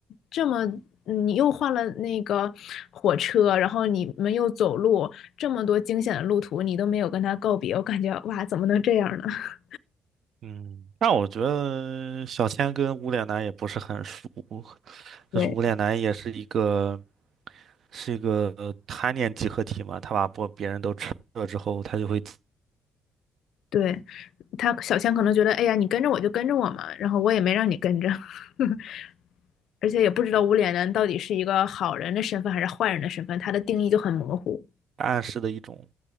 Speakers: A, on the left; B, on the right.
A: 这么嗯你又换了那个火车，然后你们又走路，这么多惊险的路途，你都没有跟他告别，我感觉哇，怎么能这样呢？<laughs>
B: 嗯，但我觉得小千跟无脸男也不是很熟，
A: 对，
B: 就是无脸男也是一个。是一个呃贪念集合体嘛，他把不别人都吃了之后，他就会
A: 对，他小仙可能觉得，哎呀，你跟着我就跟着我嘛，然后我也没让你跟着，<laughs> 而且也不知道无脸男到底是一个好人的身份还是坏人的身份，他的定义就很模糊。
B: 暗示的一种，